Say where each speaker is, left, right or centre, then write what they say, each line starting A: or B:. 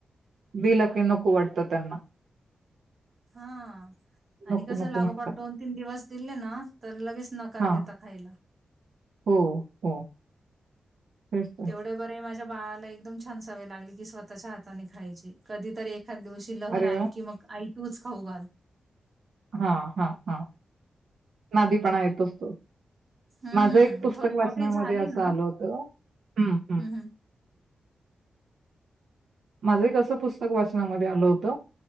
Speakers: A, on the right; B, on the right.
A: बलकी नको वाटतात. त्यांना,
B: हा आणि
A: नको
B: कसं
A: नको
B: लागोपाठ
A: म्हणतात
B: दोन तीन दिवस दिले ना तर लगेच नकार
A: हा
B: देता खायला.
A: हो हो तेच तर
B: तेवढं बरं आहे माझ्या वाळाला एकदम छान सवय लागली. की स्वतःच्या हाताने खायची कधीतरी, एखाद दिवशी लहर
A: अरे
B: आली
A: वा
B: की मग आई. तूच खाऊ घाल.
A: हा हा हा नादीपणा येतो.
B: हं,
A: माझं एक पुस्तक
B: थोडी
A: वाचनामध्ये
B: मोठी झाली
A: असं
B: ना
A: आल होतं ह ह.
B: हं, हं.
A: माझं एक असं पुस्तक वाचनामध्ये आलं होतं!